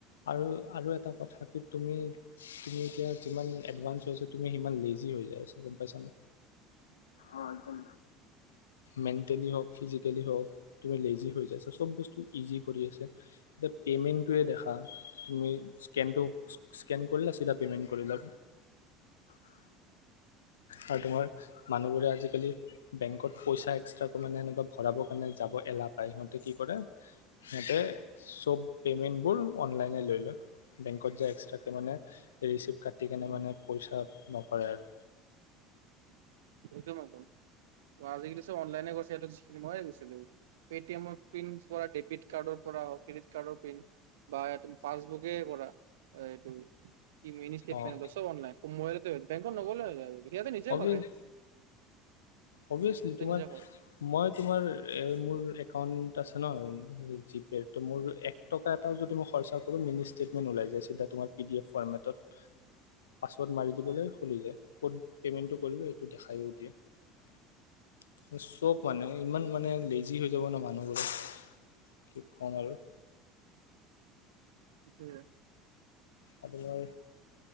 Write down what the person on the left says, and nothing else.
আৰু আৰু এটা কথা কি তুমি তুমি এতিয়া যিমান এডভান্স হৈ আছা, তুমি সিমান লেজি হৈ যাই আছা, গম পাইছানে। অ', একদম মেন্টেলি হওঁক ফিজিকেলি হওঁক তুমি লেজি হৈ যায় আছা, চব বস্তু ইজি কৰি আছে, এতিয়া পেমেণ্টোৱে দেখা তুমি স্কেনটো স্কেন কৰিলা চিধা পেমেণ্ট কৰিলা। আৰু তোমাৰ মানুহবোৰে আজিকালি বেংকত পইচা এক্সট্ৰাকৈ মানে এেনেকুৱা ভৰাবৰ কাৰণে যাব এলাহ পায়, সিহঁতে কি কৰে সিহঁতে চব পেমেণ্টবোৰ অনলাইনে লৈ লয় বেংকত যায় এক্সট্ৰাকে মানে ৰিচিপ্ট কাটি কেনে
মানে পইচা নভৰে আৰু।
অঁ
অফিয়চলি বুজিছোঁ,
তোমাৰ
মই তোমাৰ এ মোৰ একাউণ্ট আছে ন হেৰি জি পে তো মোৰ এক টকা এটাও যদি মই খৰচা কৰোঁ মিনি ষ্টেটমেণ্ট ওলাই যায় চিধা তোমাৰ পি ডি এফ ফৰ্মেটত। পাছৱৰ্ড মাৰি দিবলৈ
খুলি যায়, ক'ত পেমেণ্টটো কৰিলোঁ এইটো দেখাই য়ে চব মানে ইমান মানে লেজি জি হৈ যাব ন মানুহবোৰে। কি কম আৰু।
এইটো বৰ